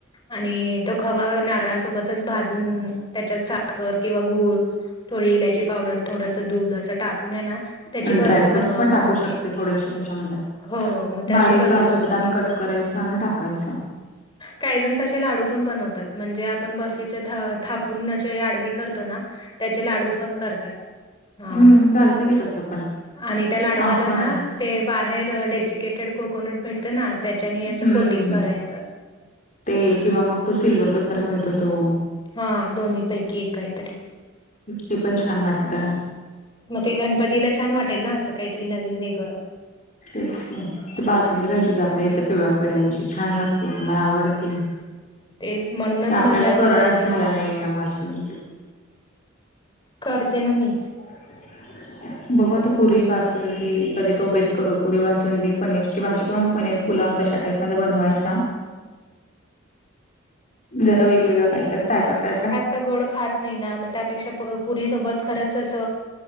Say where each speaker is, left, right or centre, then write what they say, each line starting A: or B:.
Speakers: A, on the left; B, on the left.
A: आणि तो खवा नारळासोबतच भाजून त्याच्यात साखर किंवा गूळ थोडी इलायची पावडर थोडसं दूध असं टाकून हाय ना त्याची
B: आणि
A: बर्फी
B: ड्रायफूट
A: बनवावं
B: पण टाक
A: म्हणजे
B: कू शकते थोडेश त्याच्यामध्ये
A: हो मग तशी
B: बारीक
A: बर्फी
B: काजू
A: बनवावी
B: बदाम कट करायच आणि टाकायचं. <inaudible>
A: काही जण तसे लाडू पण बनवतात म्हणजे आपण बर्फीचे थ थापून असे आडवी करतो ना त्याचे लाडू पण करतात हा
B: हम्म चालतंय की तसं पण
A: आणि त्या लाडवाला
B: आपण
A: ना ते बाहेर डेसिकेटेड कोकोनट भेटतं ना त्याच्यानी
B: हम्म
A: असं कोटिंग कराय <unintelligible>
B: ते किंवा मग तो सिल्व्हर पेपर मिळतो तो
A: हा दोन्ही पैकी एक कायतरी
B: ते, पण छान वाटत.
A: मग ते, गणपतीला छान वाटेल ना, अस काहीतरी नवीन वेगळ
B: <unintelligible> बाजूला घ्यायची होती. आपल्या इथल्या पिवळ्या पेढ्यांची छान लागते मला आवडते.
A: ते म्हणूनच
B: आपल्याला
A: म्हणलं आता
B: कोरोना
A: काहीतरी
B: झाला
A: करा
B: नाही आहे. भासून
A: करते ना, मी.
B: <inaudible> बघू आता पुरी बासुंदी कधी तो बेत करो, पुरी बासुंदी पनीरची भाजी पण पनीर पुलाव तशा टाईप मध्ये बनवायचा. जरा वेगवेगळं काय तर, टाका काय तर
A: च गोड खात नाही ना, मग त्यापेक्षा पुरी सोबत खरंच अस.